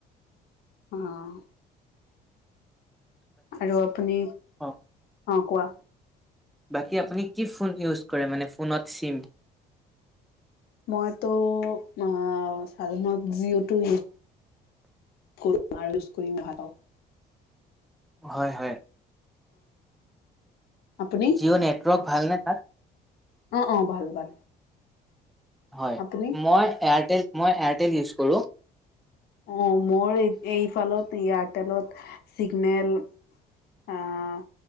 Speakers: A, on the left; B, in the centre.
A: আহ। আৰু আপুনি,
B: অ
A: অ', কোৱা?
B: বাকী আপুনি কি ফোন ইউজ কৰে, মানে ফোনত চিম।
A: মইতো অ', সাধাৰণত যযিটো, <unintelligible> <inaudible> কৰিম <unintelligible>
B: হয়, হয়।
A: আপুনি
B: জিঅ' নেটৱৰ্ক ভালনে তাত?
A: অ', অ', ভাল ভাল।
B: হয়।
A: আপুনি
B: মই এয়াৰটেল, মই এয়াৰটেল ইউজ কৰোঁ।
A: অ', মোৰ এইফালত ইয়াত তেলত চিগনেল আহ,